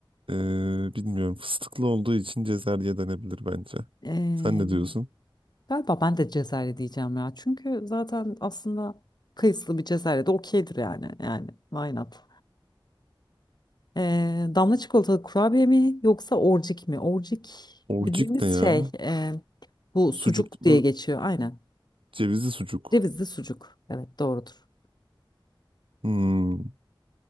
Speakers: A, on the right (about 85°); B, on the left (about 55°).
A: Ee, bilmiyorum fıstıklı olduğu için cezerye denebilir bence.
B: Ee,
A: Sen ne diyorsun?
B: galiba ben de cezerye diyeceğim ya. Çünkü zaten aslında kayısılı bir cezerye de okeydir yani. Yani why not? Ee, damla çikolatalı kurabiye mi yoksa orcik mi? Orcik
A: Orcik
B: dediğimiz
A: ne ya?
B: şey e, bu
A: Sucuklu
B: sucuk diye geçiyor. Aynen.
A: cevizli sucuk.
B: Cevizli sucuk. Evet doğrudur.
A: Hmm,